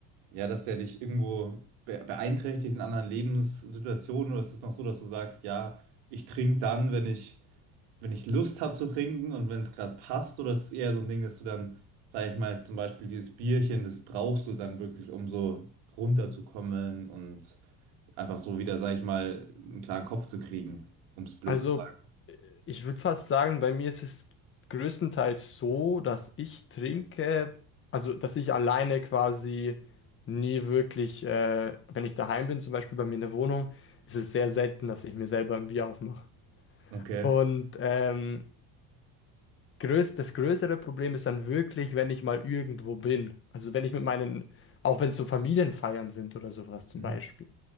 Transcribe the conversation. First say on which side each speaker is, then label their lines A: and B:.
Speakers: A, on the right (about 80°); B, on the left (about 30°).
A: ja, dass der dich irgendwo be beeinträchtigt in anderen Lebenssituationen oder ist das noch so, dass du sagst, ja, ich trinke dann, wenn ich, wenn ich Lust habe zu trinken und wenn es gerade passt oder ist es eher so ein Ding, dass du dann, sag ich mal, jetzt zum Beispiel dieses Bierchen, das brauchst du dann wirklich, um so runterzukommen und einfach so wieder, sag ich mal, einen klaren Kopf zu kriegen, um es blöd
B: Also,
A: zu sagen.
B: äh, ich würde fast sagen, bei mir ist es größtenteils so, dass ich trinke, also dass ich alleine quasi nie wirklich, äh, wenn ich daheim bin, zum Beispiel bei mir in der Wohnung, ist es sehr selten, dass ich mir selber ein Bier aufmache.
A: Okay.
B: Und ähm, Größ das größere Problem ist dann wirklich, wenn ich mal irgendwo bin. Also wenn ich mit meinen, auch wenn es so Familienfeiern sind oder sowas zum
A: Mhm.
B: Beispiel.